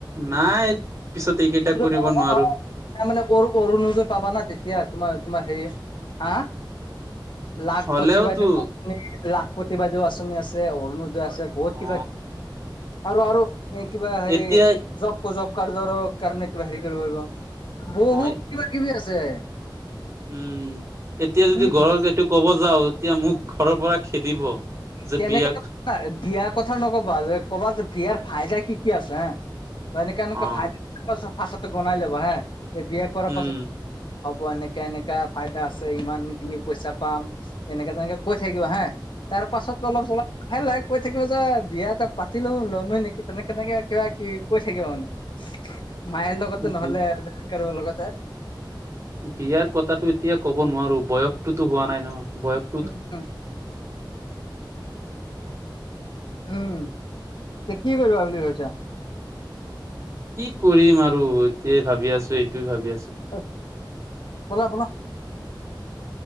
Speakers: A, on the right; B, on the left.
A: নাই পিছত এইকেইটা কৰিব
B: তাৰ
A: নোৱাৰো।
B: মানে অৰু অৰুণোদয় পাবা না তেতিয়া তোমাৰ তোমাৰ হেৰি হা লাখপতি
A: হলেওতো
B: বাইদেউ আঁচনি লাখপতি বাইদেউ আঁচনি আছে অৰুণোদয় আচনিৰ বহুত
A: অ
B: কিবা, আৰু আৰু এ কিবা হেৰি
A: এতিয়া
B: জব জব কাৰ্ডৰ কাৰণে কিবা হেৰি কৰিব পাৰিব বহুত
A: অ
B: কিবা কিবি আছে।
A: উম, এতিয়া যদি
B: উম
A: ঘৰত এইটো ক'ব যাও তেতিয়া মোক ঘৰৰ পৰা খেদিব। যে
B: কেনেকে
A: বিয়া
B: নকবা বিয়াৰ কথা নকবা যে কবা যে বিয়াৰ ফাইদা কি কি আছে। ত এনেকে এনেকা
A: অ
B: ফাইদা গনাই ল'ব হা যে বি এ কৰাৰ
A: উম
B: পাছত হ'ব এনেকে এনেকা ফাইদা আছে ইমান খিনি পইচা পাম। এনেকে তেনেকে কৈ থাকিব হা তাৰ পাছত অলপ চলপ- লাহেই লাহেই কৈ থাকিব যে বিয়া এটা পাতি লওঁ লৈমই নেকি তেনেক কেনেকে কিবা কি কৈ থাকিব মানে।
A: <unintelligible>
B: মায়ে লগতে নহলে
A: অ
B: বেকাৰ বিলেগ কাৰোবাৰ লগতে।
A: বিয়াৰ কথাতটো এতিয়া কব নোৱাৰো বয়সতোতো হোৱা নাই ন বয়স
B: উম উম উম। ত কি কৰিবা বুলি ভাবিছা?
A: কি কৰিম আৰু এতিয়াই ভাবি আছো এইটোয়ে ভাবি আছো।
B: ঐ, ব'লা বলা।